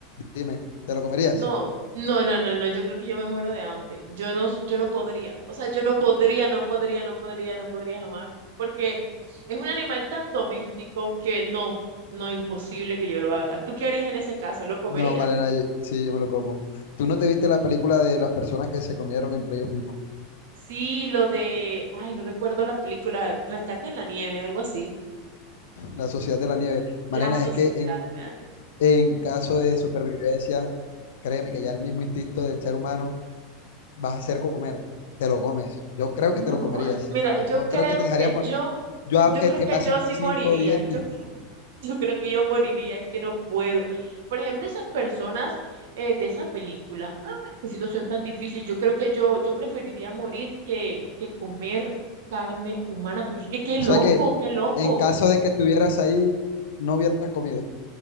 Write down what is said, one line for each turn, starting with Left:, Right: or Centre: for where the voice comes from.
Left: Dime, ¿te lo comerías?
Right: No, no, no, no, no, yo creo que yo me muero de hambre. Yo no, yo no podría. O sea, yo no podría, no podría, no podría, no podría jamás. Porque es un animal tan doméstico que no, no, imposible que yo lo haga. ¿Tú qué harías en ese caso? ¿Lo comerías?
Left: No, Malena, yo- sí, yo me lo como. ¿Tú no te viste la película de las personas que se comieron entre ellos mismos?
Right: Sí, lo de, ay, no recuerdo la película, Rescate en la nieve, algo así.
Left: La Sociedad de la Nieve. Malena,
Right: La Sociedad
Left: es que en,
Right: de la Nieve.
Left: en caso de supervivencia, créeme que ya el mismo instinto del ser humano vas a hacer comer. Te lo comes. Yo creo
Right: No,
Left: que te lo comerías.
Right: mira, yo
Left: No
Right: creo
Left: creo que te dejarías
Right: que
Left: morir.
Right: yo,
Left: Yo a
Right: yo
Left: que
Right: creo
Left: te
Right: que
Left: pasen
Right: yo sí
Left: 5
Right: moriría.
Left: o 10
Right: Yo,
Left: días.
Right: cre- <laughs> yo creo que yo moriría, es que no puedo. Por ejemplo, esas personas eh, de esa película, ¡ah! qué situación tan difícil. Yo creo que yo, yo preferiría morir que, que comer carne humana, porque es que qué loco,
Left: O sea que
Right: qué loco.
Left: en caso de que estuvieras ahí, no hubieras comido.